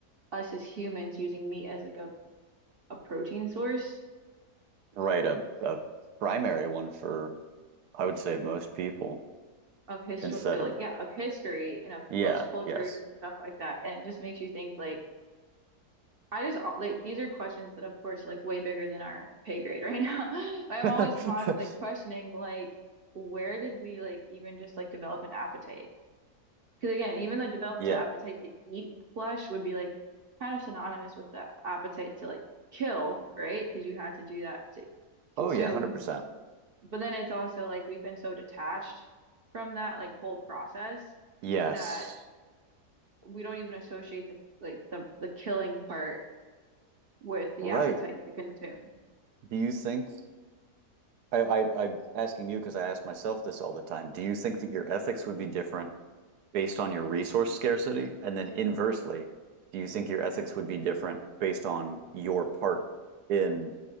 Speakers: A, on the right; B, on the right.
A: us as humans using meat as like a, a protein source
B: right. A a primary one for I would say most people
A: of history
B: instead
A: like
B: of
A: yeah of history and of
B: yeah,
A: most cultures
B: yes.
A: and stuff like that and it just makes you think like I just like these are questions that of course like way bigger than our pay grade right now <laughs> but I'm
B: <laughs>
A: always con like questioning like where did we like even just like develop an appetite because again even the develop
B: Yeah.
A: to appetite to eat flesh would be like kind of synonymous with the appetite to like kill right because you had to do that to consume
B: Oh yeah, 100%.
A: But then it's also like we've been so detached from that like whole process
B: Yes.
A: that we don't even associate the like the the killing part with the
B: Right.
A: appetite to consume.
B: Do you think I, I I'm asking you because I ask myself this all the time. Do you think that your ethics would be different based on your resource scarcity? And then inversely, do you think your ethics would be different based on your part in,